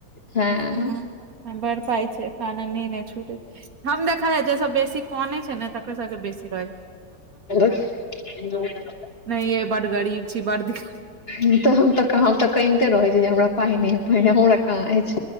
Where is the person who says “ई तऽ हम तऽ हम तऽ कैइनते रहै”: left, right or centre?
Left